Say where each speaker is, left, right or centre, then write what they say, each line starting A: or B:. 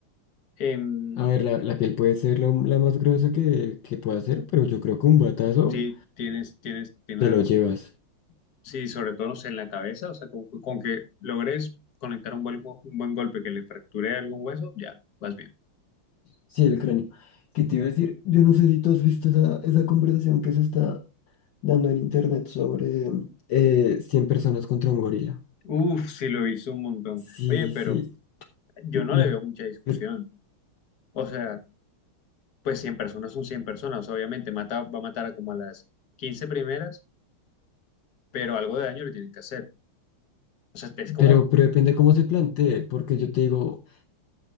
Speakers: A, on the left; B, on the left.
A: em,
B: A ver, la, la piel puede ser lo- la más gruesa que, que pueda ser, pero yo creo que un batazo
A: sí, tienes, tienes, tienes
B: te lo
A: razón.
B: llevas.
A: Sí, sobre todo, no sé, en la cabeza, o sea, con, con que logres conectar un buen, un buen golpe que le fracture algún hueso, ya, vas bien.
B: Sí, el cráneo. ¿Qué te iba a decir? Yo no sé si tú has visto esa, esa conversación que se está dando en internet sobre... Eh, 100 personas contra un gorila.
A: Uf, sí lo hizo un montón.
B: Sí,
A: Oye, pero
B: sí.
A: yo
B: Mi-
A: no le veo mucha discusión.
B: per-
A: O sea, pues 100 personas son 100 personas, O sea, obviamente, mata, va a matar a como a las 15 primeras pero algo de daño le tienen que hacer. O sea, es como,
B: pero, pero depende cómo se plantee, porque yo te digo,